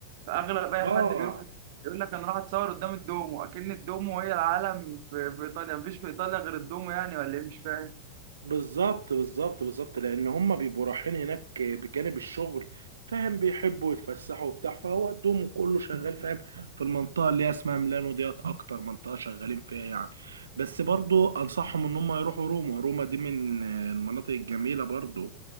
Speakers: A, on the right; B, on the right.
A: فاغلب اي
B: اه
A: حد بيروح يقول لك انا راح اتصور قدام الدومو اكن الدومو هي العالم في, في ايطاليا مفيش في ايطاليا غير الدومو يعني ولا ايه مش فاهم
B: بالظبط بالظبط بالظبط لان هم بيبقوا رايحين هناك بجانب الشغل فاهم بيحبوا يتفسحوا وبتاع فهو دوم كله شغال فاهم في المنطقه اللي هي اسمها ميلانو ديت اكتر منطقه شغالين فيها يعني بس برضو انصحهم ان هم يروحوا روما روما دي من المناطق الجميله برضو